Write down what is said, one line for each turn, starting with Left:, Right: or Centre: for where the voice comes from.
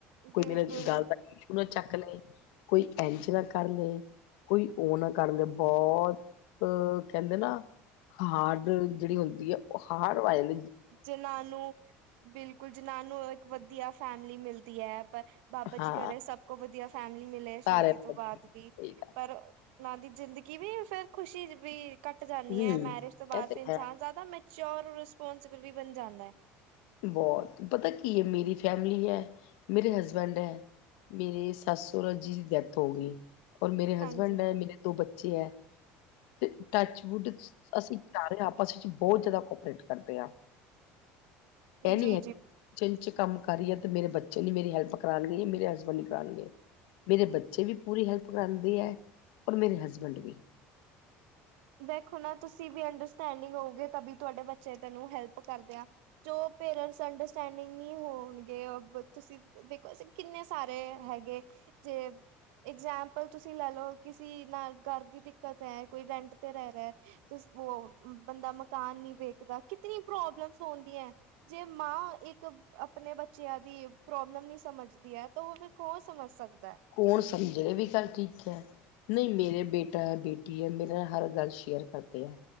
Left: ਕੋਈ
Right: ਬਿਲਕੁਲ
Left: ਮੇਰੇ ਗੱਲ ਦਾੂ ਨਾ ਚੱਕ ਲਏ ਕੋਈ ਇੰਝ ਨਾ ਕਰ ਲਇ ਕੋਈ ਉਹ ਨਾ ਕਰਦੇ ਬਹੁਤ ਕਹਿੰਦੇ ਨਾ। ਹਾਰਡ ਜਿਹੜੀ ਹੁੰਦੀ ਹੈ ਉਹ ਹਾਰਡ ਵੋਇਲ
Right: ਜਿਨਾਾਨ ਨੂੰ ਬਿਲਕੁਲ ਜਿਨਾਾਨ ਨੂੰ ਇੱਕ ਵਧੀਆ ਫੈਮਲੀ ਮਿਲਦੀ ਹੈ ਪਰ। ਬਾਬਾ
Left: ਹਾਂ
Right: ਜੀ ਕਰਹੇ ਸਭ ਕੋ ਵਧੀਆ ਫੈਮਲੀ ਮਿਲੇ ਸ਼ਾਦੀ
Left: ਸਾਰੇ
Right: ਤੋਂ ਬਾਅਦ ਵੀ
Left: ਸਹੀ ਗੱਲ
Right: ਪਰ ਉਹਨਾਂ ਦੀ ਜ਼ਿੰਦਗੀ ਵੀ ਫੇਰ ਖੁਸ਼ੀ ਵੀ ਘੱਟ ਜਾਂਦੀ
Left: ਹਮ
Right: ਹੈ ਮੈਰਿਜ ਤੋਂ ਬਾਅਦ
Left: ਇਹ ਤੇ
Right: ਫਿਰ ਇਨਸਾਨ
Left: ਹੈ
Right: ਜ਼ਿਆਦਾ ਮ ਚਰ ਰਿਸਪੋਂਸੀਬਲ ਵੀ ਬਣ ਜਾਂਦਾ ਏ
Left: ਬਹੁਤ ਪਤਾ ਕੀ ਏ ਮੇਰੀ ਫੈਮਲੀ ਹੈ ਮੇਰੇ ਹਸਬੈਂਡ ਐ ਮੇਰੇ ਸੱਸ ਸੋਹਰੇ ਜੀ ਦੀ ਡੈਥ ਹੋ ਗਈ ਔਰ ਮੇਰੇ
Right: ਹਾਂਜੀ
Left: ਹਸਬੈਂਡ ਏ ਮੇਰੇ ਦੋ ਬੱਚੇ ਐ ਤੇ ਟੱਚਵੁੱਡ ਅਸੀਂ ਸਾਰੇ ਆਪਸ ਵਿੱਚ ਬਹੁਤ ਜ਼ਿਆਦਾ ਕੋਪਰੇਟ ਕਰਦੇ ਆਂ ਇਹ ਨਹੀ
Right: ਜੀ
Left: ਹੈ
Right: ਜੀ
Left: ਕਿਚਨ ਚ ਕੰਮ ਕਰੀ ਏ ਤੇ ਮੇਰੇ ਬੱਚੇ ਨੀ ਮੇਰੀ ਹੈਲਪ ਕਰਾਉਣਗੇ ਮੇਰੇ ਹਸਬੈਂਡ ਨ ਕਰਾਉਣਗੇ ਮੇਰੇ ਬੱਚੇ ਵੀ ਪੂਰੀ ਹੈਲਪ ਕਰਾਉਂਦੇ ਹੈ ਔਰ ਮੇਰੇ ਹਸਬੈਂਡ ਵੀ
Right: ਵੇਖੋ ਨਾ ਤੁਸੀਂ ਵੀ ਅੰਡਰਸਟੈਂਡਿੰਗ ਹੋਓਗੇ ਤਾਂ ਵੀ ਤੁਹਾਡੇ ਬੱ ਚੇ ਤੈਨੂੰ ਹੈਲਪ ਕਰਦੇ ਆ ਜ਼ੋ ਪੇਰੇਂਟਸ ਅੰਡਰ ਸਟੈਂਡਿੰਗ ਨਹੀਂ ਹੋਣਗੇ ਤੁਸੀਂ ਦੇਖੋ ਅਸੀਂ ਕਿੰਨੇ ਸਾਰੇ ਹੈਗੇ ਜੇ ਇਗਜਾਮਪਲ ਤੁਸੀਂ ਲੈਲਓ ਕਿਸੇ ਨਾਲ ਘਰ ਦੀ ਦਿੱਕਤ ਹੈ ਕੋਈ ਰੈਂਟ ਤੇ ਰਹਿ ਰਿਹਾ ਬੰਦਾ ਮਕਾਨ ਨੀ ਵੇਖਦਾ ਕਿਤਨੀ ਪ੍ਰੋਬਲਮਸ ਆਉਂਦੀਆਂ ਜੇ ਮਾਂ ਇੱਕ ਆਪਣੇ ਬੱਚਿਆਂ ਦੀ ਪ੍ਰੋਬਲਮ ਨ ਸਮਝਦੀ ਐ ਤਾਂ ਉਹ ਫਿਰ ਕੌਣ ਸਮਝ ਸਕਦਾ
Left: ਕੌਣ ਸਮਝ ਰਹੇ ਵੀ ਗੱਲ ਠੀਕ ਏ ਨਹੀਂ ਮੇਰੇ ਬੇਟਾ ਏ ਬੇਟੀ ਏ ਮੇਰੇ ਨਾਲ ਹਰ ਗੱਲ ਸ਼ੇਅਰ ਕਰਦੇ ਐ